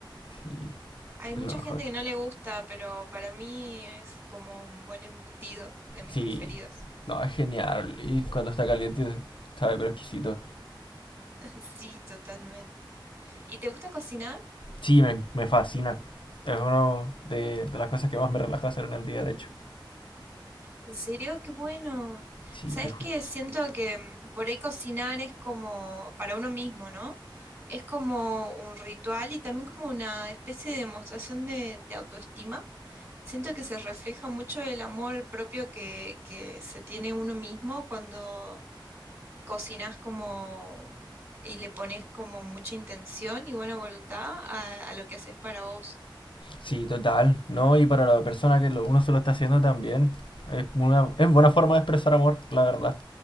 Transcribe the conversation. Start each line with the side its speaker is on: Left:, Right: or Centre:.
Left: Sí,
Right: Hay mucha
Left: es lo mejor.
Right: gente que no le gusta, pero para mí es como un buen embutido de mis
Left: Sí,
Right: preferidos.
Left: no, es genial. Y cuando está caliente, sabe, pero exquisito.
Right: Sí, totalmente. ¿Y te gusta cocinar?
Left: Sí, me, me fascina. Es una de, de las cosas que más me relaja hacer en el día, de hecho.
Right: ¿En serio? Qué bueno.
Left: Sí,
Right: ¿Sabes
Left: te, ju-
Right: qué? Siento que mm, por ahí cocinar es como para uno mismo, ¿no? Es como un ritual y también como una especie de demostración de, de autoestima. Siento que se refleja mucho el amor propio que, que se tiene uno mismo cuando cocinas como y le pones como mucha intención y buena voluntad a, a lo que haces para vos.
Left: Sí, total, ¿no? Y para la persona que lo- uno se lo está haciendo también, es una es buena forma de expresar amor, la verdad.